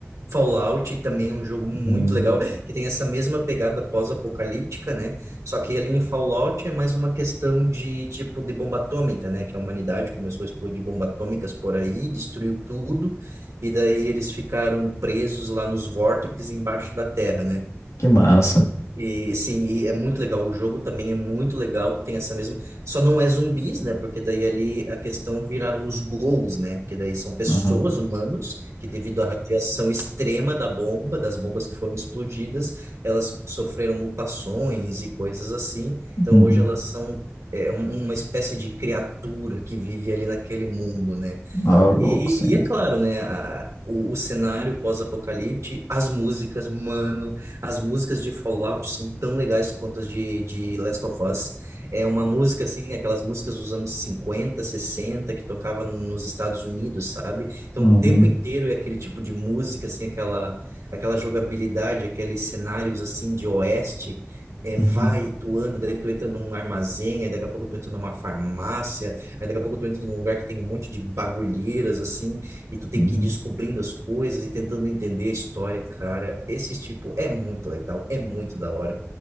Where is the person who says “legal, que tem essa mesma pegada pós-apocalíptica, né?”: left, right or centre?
Right